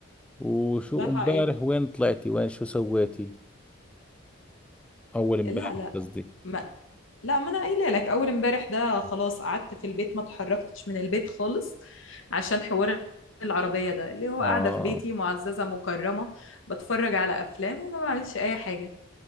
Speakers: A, in the centre; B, on the left.
A: وشو
B: ده حقيقي
A: امبارح وين طلعتي وين شو سويتي أول امبارح
B: لا لا
A: قصدي
B: ما لا ما انا قايله لك اول امبارح ده خلاص قعدت في البيت ما اتحركتش من البيت خالص عشان حوار العربية ده اللي هو
A: آه
B: قاعدة في بيتي معززة مكرمة بتفرج على افلام وما بعملش اي حاجة